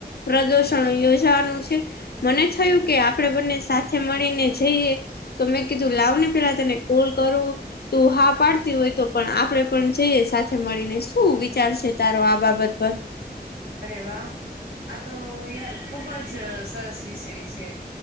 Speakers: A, on the left (about 70°); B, on the right (about 70°).
A: પ્રદષણ યોજાવાનું છે. મને થયું કે આપણેે બંને સાથે મળીને જઈએ તો
B: હમ
A: મેં કીધું લાવને પેલા તને કોલ કરું તું હા પાડતી હોય તો પણ આપડે પણ જઈએ સાથે મળીને શું વિચાર છે તારો આ બાબત પર
B: અરે વાહ આ તો યાર ખુબ જ સરસ વિષય છે